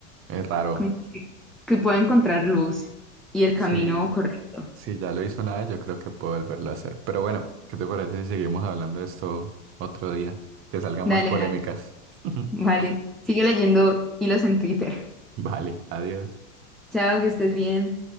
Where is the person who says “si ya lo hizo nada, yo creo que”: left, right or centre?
Right